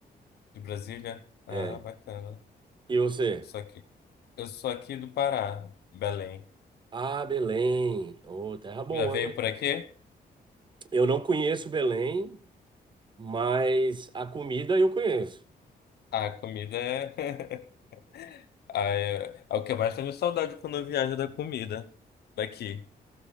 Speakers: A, on the left; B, on the right.
A: De Brasília? Ah,
B: é.
A: bacana.
B: E você?
A: Só que eu sou aqui do Pará, Belém.
B: Ah, Belém. Ô, terra boa,
A: Já veio
B: hein?
A: por aqui?
B: Eu não conheço Belém, mas a comida eu conheço.
A: Ah, a comida é... <laughs> Ah, é... é o que eu mais tenho saudade quando eu viajo da comida daqui.